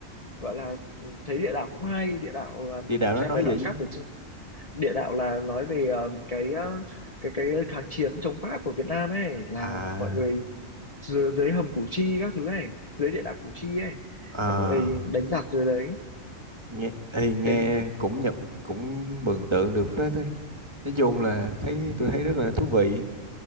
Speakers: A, on the left; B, on the right.
A: gọi là ừ, thấy địa đạo cũng hay địa đạo là
B: đi đảo nó
A: xem
B: nói
A: mấy đoạn
B: vậy chứ
A: cắt ở trên địa đạo là nói về ờ, cái ờ, cái cái kháng chiến chống Pháp của Việt Nam ấy là
B: à
A: mọi người dưới, dưới hầm Củ Chi các thứ này dưới địa đạo Củ Chi ấy
B: ờ,
A: là mọi người đánh giặc dưới đấy
B: nghe ê, nghe
A: thế
B: cũng nhập cũng mường tượng được phết thôi. nói chung là thấy
A: ừ,
B: tôi thấy rất là thú vị